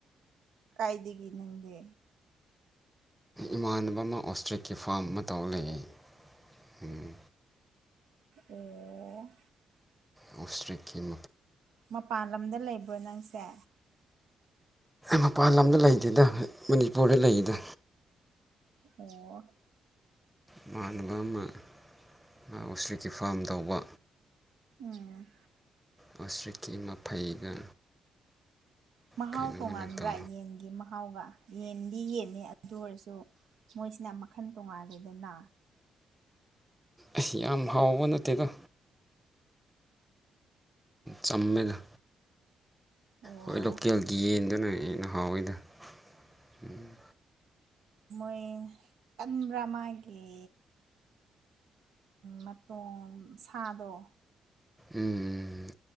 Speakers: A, on the right; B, in the centre.
A: ꯀꯥꯏꯗꯒꯤ ꯅꯪꯗꯤ
B: ꯏꯃꯥꯟꯅꯕ ꯑꯃ ꯑꯣꯁꯇ꯭ꯔꯤꯛꯀꯤ ꯐꯥꯝ ꯑꯃ ꯇꯧ ꯂꯩꯌꯦ ꯎꯝ
A: ꯑꯣ
B: ꯑꯣꯁꯇ꯭ꯔꯦꯀꯤꯝ
A: ꯃꯄꯥꯟ ꯂꯝꯗ ꯂꯩꯕ꯭ꯔꯣ ꯅꯪꯁꯦ
B: ꯃꯄꯥꯟ ꯂꯝꯗ ꯂꯩꯇꯦꯗ ꯃꯅꯤꯄꯨꯔꯗ ꯂꯩꯗ
A: ꯑꯣ
B: ꯏꯃꯅꯕ ꯑꯃ ꯉ ꯑꯣꯁꯇꯔꯤꯛꯀꯤ ꯐꯥꯝ ꯇꯧꯕ
A: ꯎꯝ
B: ꯑꯣꯁꯇ꯭ꯔꯤꯛꯀꯤ ꯃꯐꯩꯒ
A: ꯃꯍꯥꯎ
B: ꯀꯩꯅꯣ
A: ꯇꯣꯡꯉꯥꯟꯕ꯭ꯔꯥ
B: ꯃꯣꯏꯅ ꯇꯧ
A: ꯌꯦꯟꯒꯤ ꯃꯍ ꯃꯍꯥꯎꯒ ꯌꯦꯟꯗꯤ ꯌꯦꯟꯅꯤ ꯑꯗꯨ ꯑꯣꯏꯔꯁꯨ ꯃꯣꯏꯁꯤꯅ ꯃꯈꯟ ꯇꯣꯡꯉꯥꯂꯦꯗꯅ
B: ꯑꯁ ꯌꯥꯝ ꯍꯥꯎꯕ ꯅꯠꯇꯦꯗ ꯆꯝꯃꯦꯗ
A: ꯑꯣ
B: ꯍꯣꯏ ꯂꯣꯀꯦꯜꯒꯤ ꯌꯦꯟꯗꯨꯅ ꯍꯦꯟꯅ ꯍꯥꯎꯋꯤꯗ ꯎꯝ <unintelligible>
A: ꯑꯦ ꯀꯟꯕ꯭ꯔꯥ ꯃꯥꯒꯤ ꯃꯇꯣꯡ ꯁꯥꯗꯣ
B: ꯎꯝ